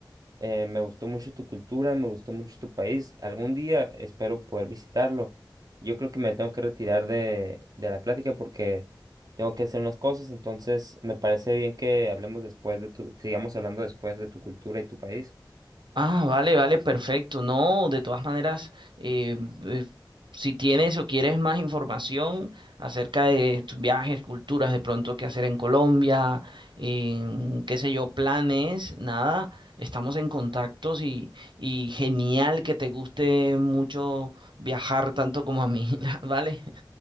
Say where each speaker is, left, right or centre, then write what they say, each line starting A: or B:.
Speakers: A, on the right; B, on the right.
A: Eh, me gustó mucho tu cultura, me gustó mucho tu país. Algún día espero poder visitarlo. Yo creo que me tengo que retirar de, de la plática porque tengo que hacer unas cosas, entonces me parece bien que hablemos después de tu, sigamos hablando después de tu cultura y tu país.
B: Ah, vale, vale, perfecto. No, de todas maneras, eh, eh, si tienes o quieres más información acerca de tus viajes, culturas, de pronto qué hacer en Colombia, en, qué sé yo, planes, nada, estamos en contactos y, y genial que te guste mucho viajar tanto como a mí, <laughs> la- ¿vale?